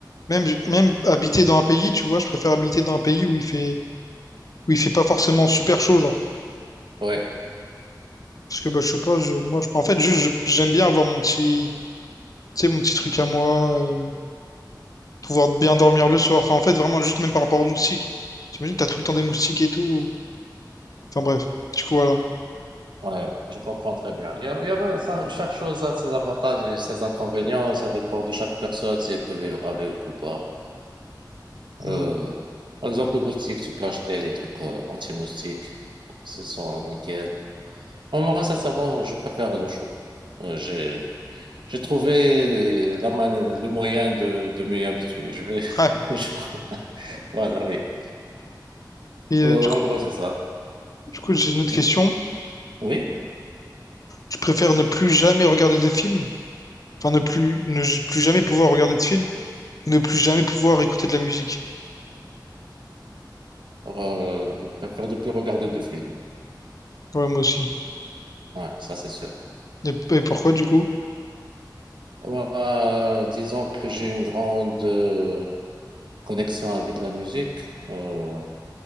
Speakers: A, on the left; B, on the right.
A: même, même habiter dans un pays, tu vois, je préfère habiter dans un pays où il fait, où il fait pas forcément super chaud, genre.
B: Ouais.
A: Parce que, bah, je sais pas, je, moi, je, en fait, juste, je- j'aime bien avoir mon petit, tu sais, mon petit truc à moi, euh, pouvoir bien dormir le soir. Enfin, en fait, vraiment, juste même par rapport aux moustiques. T'imagines, t'as tout le temps des moustiques et tout. Enfin, bref. Du coup, voilà.
B: Ouais, je comprends très bien. Il y a, il y a- ouais, ça- chaque chose a ses avantages et ses inconvénients. Ça dépend de chaque personne si elle peut vivre avec ou pas. Euh,
A: Hmm.
B: par exemple, les moustiques, tu peux acheter des trucs euh, anti-moustiques. Ce sont nickel. Moi, moi, sincèrement, je préfère le chaud. Euh, j'ai, j'ai trouvé la man- le moyen de, de m'y habituer. Je vais,
A: Ouais.
B: <laughs> je crois. Voilà, oui.
A: Et
B: Euh,
A: euh, du coup,
B: en gros, c'est ça.
A: du coup, j'ai une autre
B: Du
A: question.
B: coup, oui,
A: Tu préfères ne plus jamais regarder de films? Enfin, ne plus, ne j- plus jamais pouvoir regarder de films? Ou ne plus jamais pouvoir écouter de la musique?
B: euh, je préfère de plus regarder de films.
A: Ouais, moi aussi.
B: Ouais, ça, c'est sûr.
A: Et, et pourquoi, du coup?
B: Euh, disons que j'ai une grande euh, connexion avec la musique. Euh,